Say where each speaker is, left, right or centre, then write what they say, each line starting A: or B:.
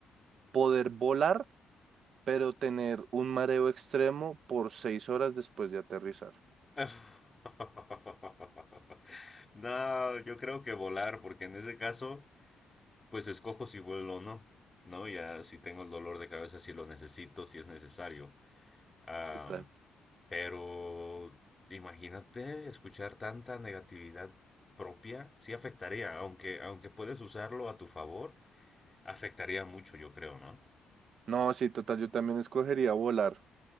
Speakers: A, on the right; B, on the left.
A: poder volar, pero tener un mareo extremo por seis horas después de aterrizar.
B: <laughs> No, yo creo que volar, porque en ese caso Pues escojo si vuelo o no, ¿no? Ya si tengo el dolor de cabeza, si lo necesito, si es necesario. Am,
A: Total.
B: pero imagínate escuchar tanta negatividad propia, sí afectaría, aunque, aunque puedes usarlo a tu favor, afectaría mucho, yo creo, ¿no?
A: No, sí, total, yo también escogería volar.